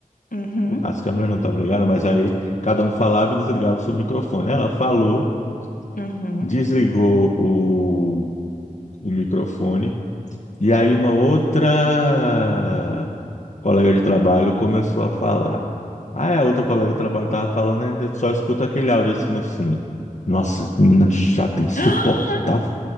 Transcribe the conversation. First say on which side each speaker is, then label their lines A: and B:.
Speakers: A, on the left; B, on the left.
A: Uhum,
B: as câmeras não estavam ligadas, mas aí cada um falava e desligava o seu microfone. Ela falou,
A: uhum.
B: desligou o o microfone, E aí uma outra colega de trabalho começou a falar. Ah, é, a outra colega de trabalho estava falando, a gente só escuta aquele áudio assim no fundo. Nossa, que menina chata, insuportável
A: <gasps>